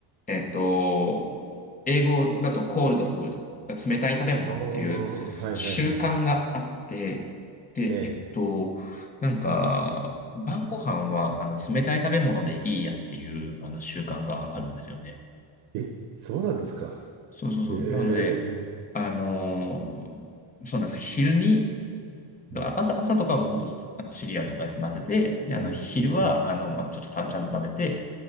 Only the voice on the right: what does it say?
ああ、はいはいはいはい。
ええ。
あ、え、そうなんですか。
え
え。
うん。
うん。
うん。